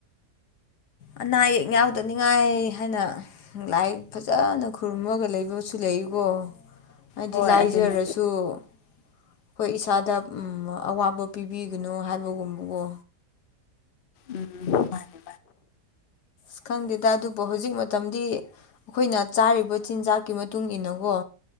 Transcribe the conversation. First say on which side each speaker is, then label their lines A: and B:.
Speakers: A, on the left; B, on the left.
A: ꯑꯅꯥ ꯑꯌꯦꯛ ꯌꯥꯎꯗꯅꯤꯉꯥꯏ ꯍꯥꯏꯅ ꯂꯥꯏ ꯐꯖꯅ ꯈꯨꯔꯨꯝꯃꯒ ꯂꯩꯕꯁꯨ ꯂꯩꯀꯣ ꯍꯥꯏꯗꯤ
B: ꯍꯣꯏ
A: ꯂꯥꯏꯖꯔꯁꯨ
B: ꯑꯗꯨꯅꯦ
A: ꯑꯩꯈꯣꯏ ꯏꯁꯥꯗ ꯑꯋꯥꯕ ꯄꯤꯕꯤꯒꯅꯨ ꯍꯥꯏꯕꯒꯨꯝꯕꯗꯣ
B: ꯎꯝ ꯃꯥꯅꯦ
A: ꯑ ꯈꯪꯗꯦꯗ ꯑꯗꯨꯕꯨ ꯍꯧꯖꯤꯛ ꯃꯇꯝꯗꯤ ꯑꯩꯈꯣꯏꯅ ꯆꯥꯔꯤꯕ ꯆꯤꯟꯖꯥꯛꯀꯤ ꯃꯇꯨꯡ ꯏꯟꯅꯀꯣ